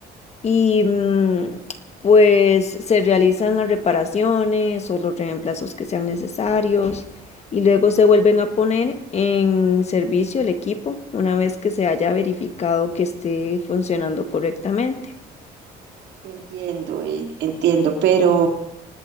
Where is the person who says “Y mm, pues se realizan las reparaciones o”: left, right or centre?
Left